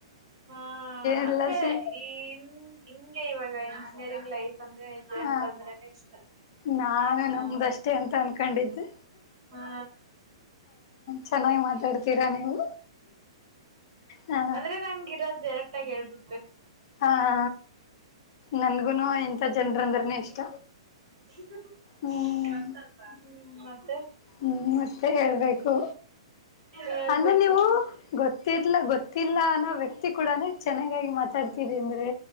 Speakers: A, on the right; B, on the left.
A: ಹಾ
B: ಎಲ್ಲ
A: ಅಂದ್ರೆ
B: ಸೇ
A: ಈ ಹಿಂಗೆ ಇವಾಗ <unintelligible> ಜನಲ್
B: ಹ
A: ಅಂದ್ರನೆ ಇಷ್ಟ
B: ನಾನು
A: ಹ
B: ನಮ್ದಷ್ಟೆ ಅಂತ ಅನ್ಕೊಂಡಿದ್ದೆ
A: ಹಾ
B: ಚೆನ್ನಾಗಿ ಮಾತಾಡ್ತೀರಾ ನೀವು ಹ
A: ಅಂದ್ರೆ ನಂಗಿರೋದೆ ಾಗ ಹೇಳ್ಬಿು
B: ಹಾ ಹ ನನ್ಗುನು ಎನ್ ಜನ್ರ್ ಅಂದ್ರೇನೆ ಇಷ್ಟ.
A: ್ಮ
B: ಹ್ಮ್
A: <unintelligible> ೆ
B: ಹ್ಮ್ ಮತ್ತೆ ಹೇಳ್ಬೇಕು
A: ಹೇಳ್ಬೇಕು
B: ಅಂದ್ರೆ ನೀವು ಗೊತ್ತಿರ್ಲ ಗೊತ್ತಿಲ್ಲ ಅನ್ನೋ ವ್ಯಕ್ತಿ ಕೂಡನ ಚೆನ್ನಾಗಿ ಮಾತಾಡ್ ಅಂದ್ರೆ